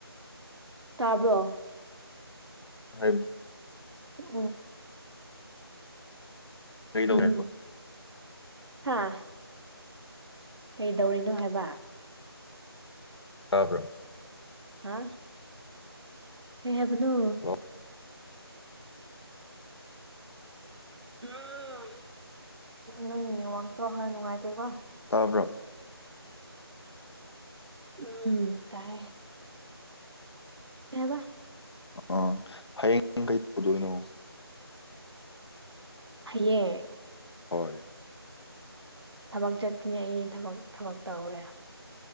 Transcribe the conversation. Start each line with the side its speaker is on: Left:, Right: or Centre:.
Right: ꯇꯥꯕ꯭ꯔꯣ
Left: <unintelligible>
Right: ꯑꯣ
Left: ꯀꯩꯗꯧꯋꯦꯕ
Right: ꯎꯝ ꯍꯥꯥ ꯀꯩꯗꯧꯔꯤꯅꯣ ꯍꯥꯏꯕ
Left: ꯇꯥꯕ꯭ꯔꯣ
Right: ꯍꯥ ꯀꯩ ꯍꯥꯏꯕꯅꯣ
Left: ꯍꯜꯂꯣ
Right: <unintelligible> ꯅꯪ ꯅꯦꯋꯥꯛꯇꯣ ꯈꯔ ꯅꯨꯡꯉꯥꯏꯇꯦꯀꯣ
Left: ꯇꯥꯕ꯭ꯔꯣ
Right: ꯎꯝ ꯇꯥꯏꯌꯦ ꯀꯩ ꯍꯥꯏꯕ
Left: ꯑꫭ ꯍꯌꯦꯡ ꯀꯩ ꯇꯧꯗꯣꯏꯅꯣ
Right: ꯍꯌꯦꯡ
Left: ꯍꯣꯏ
Right: ꯊꯕꯛ ꯆꯠꯀꯅꯤ ꯑꯩ ꯊꯕꯛ ꯊꯕꯛ ꯇꯧꯋꯦ